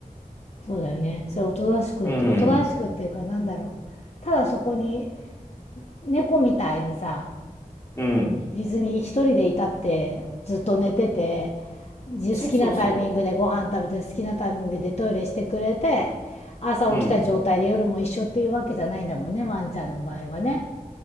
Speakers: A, on the left; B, on the left.
A: そうだよねそれおとなしくおとなしくっていうかなんだろうただそこに
B: うん。
A: 猫みたいにさ
B: うん。
A: 別に一人でいたってずっと寝てて好きなタイミングでご飯食べて好きなタイミングでトイレしてくれて朝起きた状態で夜も一緒っていうわけじゃないんだもんねワンちゃんの場合はね
B: そうそうそう。うん。